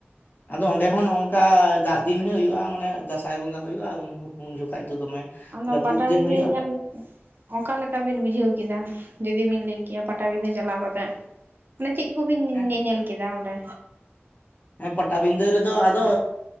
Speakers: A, on the left; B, on the right.
A: ᱟᱫᱚ ᱚᱸᱰᱮ ᱦᱚᱸ ᱱᱚᱝᱠᱟ ᱫᱟᱜ ᱫᱤᱱ ᱜᱮ ᱦᱩᱭᱩᱜᱼᱟ ᱢᱟᱱᱮ ᱫᱟᱸᱥᱟᱭ ᱵᱚᱸᱜᱟ ᱦᱩᱭᱩᱜᱼᱟ ᱩᱱ ᱩᱱ ᱡᱚᱠᱷᱟᱡ ᱫᱚᱢᱮ
B: ᱟᱫᱚ
A: ᱡᱟᱹᱯᱩᱫ
B: ᱯᱟᱴᱟᱵᱤᱸᱫᱟᱹ
A: ᱫᱤᱱ ᱦᱩᱭᱩᱜᱼᱟ
B: ᱧᱮᱞ ᱚᱠᱟᱞᱮᱠᱟ ᱵᱤᱱ ᱵᱩᱡᱷᱟᱹᱣ ᱠᱮᱫᱟ ᱡᱩᱫᱤ ᱵᱤᱱ ᱞᱟᱹᱭ ᱠᱮᱭᱟ ᱯᱟᱴᱟᱵᱤᱸᱫᱷᱟᱹ ᱪᱟᱞᱟᱣ ᱠᱟᱛᱮᱜ ᱢᱟᱱᱮ ᱪᱮᱫ ᱠᱚᱵᱤᱱ
A: ᱦᱮᱸ
B: ᱧᱮ ᱧᱮᱞ ᱠᱮᱫᱟ ᱚᱸᱰᱮ
A: ᱦᱮᱸ ᱯᱟᱴᱟᱵᱤᱸᱫᱟᱹ ᱨᱮᱫᱚ ᱟᱫᱚ